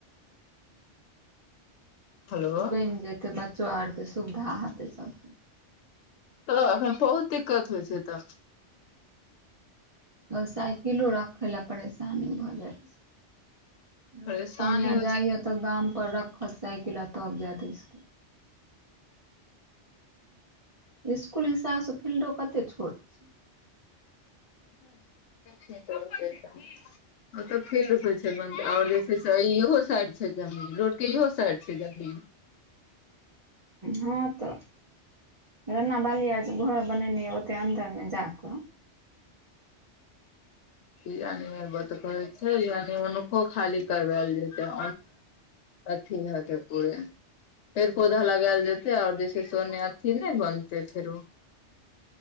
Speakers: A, on the left (about 80°); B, on the right (about 30°).
A: हेलो
B: बइन जेतै बच्चो आरके सुविधा हेतै सभके
A: त एखन बहुत दिक्कत होइ छैय एत
B: साइकिलो राखै लए परेशानी भ जाइ छैय। रोज
A: परेशानी
B: सोमिया
A: होइ
B: जाइय
A: छै
B: त गाम पर रखत साइकिल आ तब जायत स्कुल। स्कुल हिसाबसँ फील्डो कते छोट
A: <inaudible> ओत फिलड होये छैय बनते, ओर जे से छैय से इहो साइड छैय जमीन, रोड के इहो साइड छैय जमीन।
B: हाँ तऽ रनाा बाली आर जे घर बनेने ऐ ओते अन्दरमे जाक।
A: यानि बात कहै छै यानि हुनको खाली करैल जेते। अथी हेथे पुरे -- पेड़- पौधा लगायल जेतेै और जे से छैइ ओने अथी नै बनते फेरो।